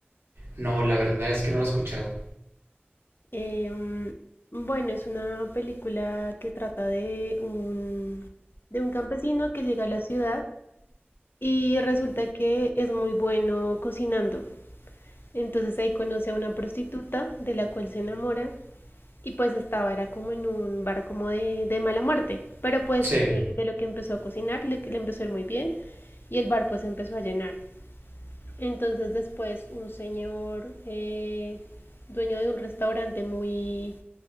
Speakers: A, on the right; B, on the left.
A: No, la verdad es que no la he escuchado.
B: em, bueno, es una película que trata de un, de un campesino que llega a la ciudad y resulta que es muy bueno cocinando. Entonces ahí conoce a una prostituta de la cual se enamora y pues estaba, era como en un bar como de, de mala muerte. Pero pues
A: Sí,
B: de, de lo que empezó a cocinar le, le empezó a ir muy bien y el bar pues empezó a llenar. Entonces después un señor eh, dueño de un restaurante muy